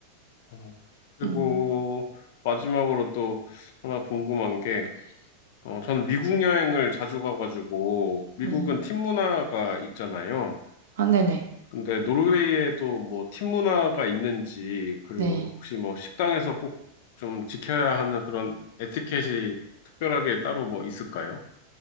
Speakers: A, on the left (about 50°); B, on the right (about 60°).
A: 어, 그리고
B: 음,
A: 마지막으로 또 하나 궁금한 게 어, 저는 미국 여행을 자주 가가지고, 미국은
B: 네.
A: 팀 문화가 있잖아요.
B: 아, 네네.
A: 근데 노르웨이에도 뭐 팀 문화가 있는지, 그리고
B: 네.
A: 혹시 뭐 식당에서 꼭 좀 지켜야 하는 그런 에티켓이 특별하게 따로 뭐 있을까요?